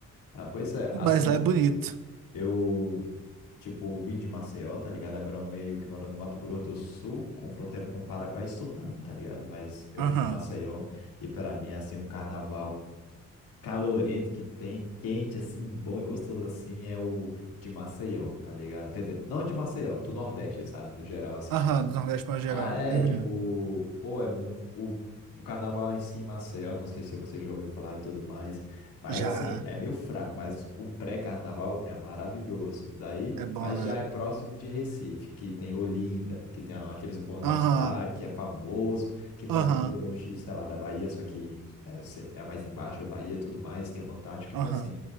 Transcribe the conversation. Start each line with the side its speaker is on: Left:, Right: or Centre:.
Left: Ah, pois é, assim,
Right: Mas lá é bonito.
Left: eu Tipo, vim de Maceió, tá ligado? Agora eu meio que moro no Mato Grosso do Sul, com fronteira com o Paraguai, estudando, tá ligado? Mas eu
Right: Aham.
Left: vim de Maceió e para mim, assim, um carnaval calorento que tem, quente, assim, bom e gostoso assim, é o de Maceió, tá ligado? Quer dizer, não de Maceió, do Nordeste, sabe? No geral, assim,
Right: Aham,
Left: eu gosto muito.
Right: do Nordeste para geral.
Left: Ah, é,
Right: Uhum.
Left: tipo, pô, é muito. O, o carnaval em si, em Maceió, não sei se você já ouviu falar e tudo mais, mas
Right: Já.
Left: assim, é meio fraco, mas o pré-carnaval é maravilhoso. Daí,
Right: É bom,
Left: mas
Right: né?
Left: já é próximo de Recife, que tem Olinda, que tem aqueles bonecos
Right: Aham.
Left: lá, que é famoso que não
Right: Aham.
Left: é muito longe, sei lá, da Bahia, só que é, se- é mais embaixo, Bahia e tudo mais, que é fantástico.
Right: Aham.
Left: Então, assim,